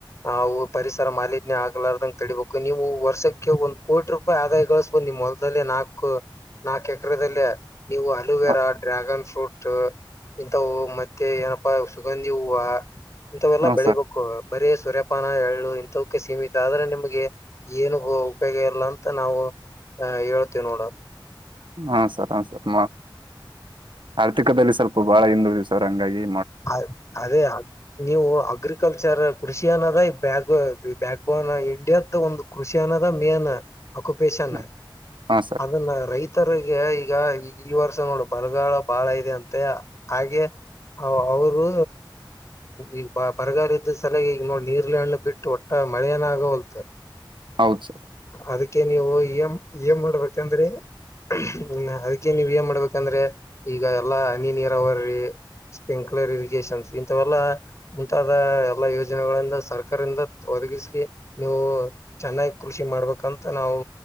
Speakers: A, on the left; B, on the right.
A: ಅ ಪರಿಸರ ಮಾಲಿನ್ಯ ಆಗ್ಲಾರದಂಗ ತಡಿಬೇಕು ನೀವು ವರ್ಷಕ್ಕ ಒಂದ್ ಕೋಟಿ ರೂಪಾಯಿ ಆದಾಯ ಗಳಸಬೇಕ ನಿಮ್ ಹೊಲದಲ್ಲಿ ನಾಕ್ ನಾಕ್ ಎಕರೆದಲ್ಲಿ ನೀವು ಅಲೋವೇರಾ,
B: ಹಾ
A: ಡ್ರ್ಯಾಗನ್, ಫ್ರೂಟ್ ಇಂಥ ಹೂವು ಮತ್ತೆ ಏನಪ್ಪಾ ಸುಗಂಧಿ ಹೂವು ಇಂಥವೆಲ್ಲ
B: ಹಾ
A: ಬೆಳಿಬೇಕು
B: ಸರ್
A: ಬರೀ ಸುರೆಪಾನ ಪ್ಪಾನ ಎಳ್ಳು ಇಂಥಕೆ ಸೀಮಿತ ಆದ್ರೆ ನಿಮಗೆ ಏನು ಹ ಉಪಯೋಗ ಇಲ್ಲ ಅಂತ ನಾವು ಅ ಹೇಳ್ತೇವಿ ನೋಡ
B: ಹಾ ಸರ್ ಹ ಸರ್ ಆರ್ಥಿಕದಲ್ಲಿ ಸ್ವಲ್ಪ ಬಾಳ ಹಿಂದುಳಿದವ ಸರ್ ಹಿಂಗಾಗಿ
A: ಅ ಅದೇ ನೀವು ಅಗ್ರಿಕಲ್ಚರ್ ಕೃಷಿ ಏನ ಅದ ಬ ಬ್ಯಾಕ್ ಬೋನ್ ಇಂಡಿಯ್ದು ಒಂದು ಕೃಷಿ ಅನ್ನೋದ ಮೇನ್ ಅಕ್ಯುಪೆಷನ್
B: ಹಾ ಹಾ ಸರ್
A: ಅದನ್ನ ರೈತರಿಗೆ ಈಗ ಈಗ ಈ ವರ್ಷ ನೋಡು ಬರಗಾಲ ಬಾಳ ಇದೆ ಅಂತೆ ಹಾಗೆ ಅವರು ಈಗ ಬರಗಾಲ ಇದ ಸಲಾಗಿ ಈಗ ನೋಡ ನೀರಳೇ ಹಣ್ಣು ಬಿಟ್ಟು ಒಟ್ಟ ಮಳೆಯನಾಗ ಒಲ್ತ್
B: ಹೌದು ಸರ್
A: ಅದಕ್ಕೆ ನೀವು ಎಂ ಇ ಎಂ ಮಾಡ್ಬೇಕಂದ್ರೆ ಹ್ಮ ಅದಕ್ಕೆ ನೀವ ಏನ್ ಮಾಡ್ಬೇಕಂದ್ರೆ ಈಗ ಎಲ್ಲಾ ಹನಿ ನೀರಾವರಿ ಸ್ಪ್ರಿಂಕ್ಲರ್ ಇರಿಗೇಶನ್ಸ್ ಇಂಥವೆಲ್ಲಾ ಮುಂತಾದ ಎಲ್ಲಾ ಯೋಜನೆಗಳಿಂದ ಸರ್ಕಾರಿಂದ ಒದಗಿಸಿ ನೀವು ಚೆನ್ನಾಗಿ ಕೃಷಿ ಮಾಡ್ಬೇಕಂತ ನಾವು